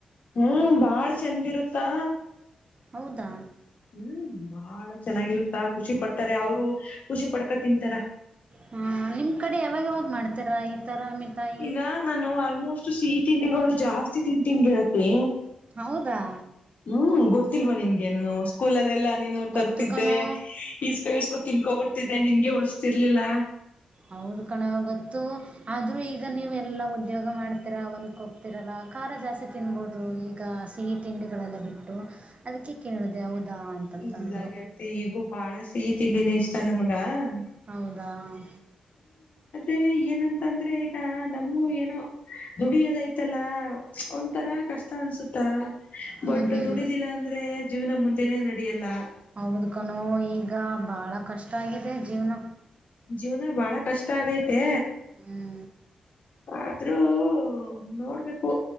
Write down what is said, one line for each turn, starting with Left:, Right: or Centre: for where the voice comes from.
Left: ಹ್ಮ ಬಳ. ಚೆಂದ ಇರುತ್ತಾ.
Right: ಹೌದಾ.
Left: ಹ್ಮ್ ಬಾಳ ಚೆನ್ನಾಗಿರುತ್ತ ಖುಷಿ ಪಡ್ತಾರೆ ಅವರು ಖುಷಿ ಪಡ್ಕ ತಿಂತಾರ.
Right: ಹಾ ನಿಮ್ ಕಡೆ ಯಾವಾಗ ಯಾವಾಗ ಮಾಡ್ತೀರಾ ಈತರ ಮಿಠಾಯಿ.
Left: ಈಗ ನಾನು ಆಲ್ಮೋಸ್ಟ್ ಸಿಹಿ ತಿಂಡಿಗಳು ಜಾಸ್ತಿ ತಿಂತಿನಿ ಗೆಳತಿ.
Right: ಹೌದಾ
Left: ಹ್ಮ್ ಗೊತ್ತಿಲ್ವಾ ನಿನ್ಗೆನು. ಸ್ಕೂಲಲ್ಲಲೆಲ್ಲ. ನೀ
Right: ಗೊತ್ತು
Left: ತರ್ತಿದ್ದೆ
Right: ಕಣೋ
Left: ಇಸ್ಕೋ ಇಸ್ಕೋ ತಿನ್ಕೋಬ ನಿನ್ಗೆ ಉಳಿಸತಿರ್ಲಿಲ್ಲ
Right: ಹೌದ ಕಣ ಗೊತ್ತು ಆದ್ರೂ ಈಗ ನೀವು ಎಲ್ಲ ಉದ್ಯೋಗ ಮಾಡ್ತೀರ ಅವನಕ್ ಹೋಗ್ತಿೀರಲ್ಲ ಖಾರ ಜಾಸ್ತಿ ತಿನ್ಬೋದು ಈಗ ಸಿಹಿ ತಿಂಡಿಗಳಲ್ಲ ಬಿಟ್ಟು ಅದಕ್ಕೆ ಕೇಳಿದೆ ಅಂತಂತಂದು
Left: ಇಲ್ಲ ೇಳ್ತಿ ಈಗೂ ಬಾಳ ಸಿಹಿ ತಿಂಡಿನೇ ಇಷ್ಟ ನ ಾ
Right: ಹೌದಾ ಹ
Left: ೆ ಏನಂತ ಅಂದ್ರೆ ಈಗ ನಮು ಏನೋ ದುಡಿಯೋದೈತಲ್ಲ ಒಂಂತರ ಕಷ್ಟ ಅನ್ಸುತ್ತಾ
Right: ಹ್ಞೂ
Left: ಬಟ್
Right: ಹ್ಞೂ
Left: ದುಡಿದಿಲ್ಲ ಅಂದ್ರೆ ಜೀವನ ಮುಂದೆನೇ ನಡೆಯಲ್ಲ
Right: ಹೌದು ಕಣೋ ಈಗ ಬಾಳ ಕಷ್ಟ ಆಗಿದೆ ಜೀವ್ನ.
Left: ಜೀವ್ನ ಬಳ ಕಷ್ಟ ಆಗೈತ್ ತೆ
Right: ಹ್ಞೂ
Left: ಆದ್ರೂ ನೋಡ್ಬೇಕು,